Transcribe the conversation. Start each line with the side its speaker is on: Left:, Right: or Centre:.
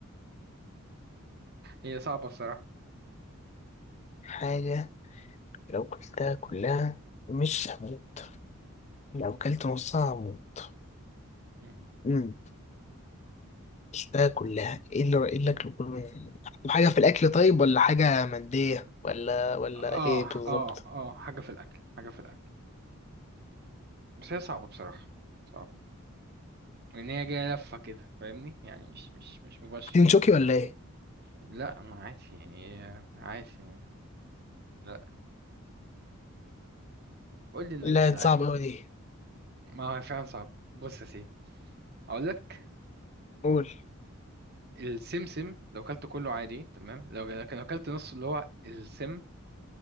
Right: هي صعبة بصراحة
Left: حاجة لو كلتها كلها مش هموت لو كلت نصها هموت
Right: مم.
Left: امم كلتها كلها ايه اللي ايه اللي اكله كله حاجه في الاكل طيب ولا حاجه ماديه ولا ولا
Right: اه
Left: ايه بالظبط
Right: اه اه حاجة في الأكل حاجة في الأكل بس هي صعبة بصراحة صعبة لأن هي جاية لفة كده فاهمني يعني مش مش مش مباشر
Left: تنشوكي ولا ايه
Right: لا ما عادي يعني إيه، عادي يعني. لا قول لي إنك
Left: لا
Right: مش
Left: دي
Right: عارف
Left: صعبه قوي دي
Right: ما هو فعلا صعبة بص يا سيدي أقول لك
Left: قول
Right: السمسم لو كلته كله عادي تمام لو لكن لو كلت نص اللي هو السم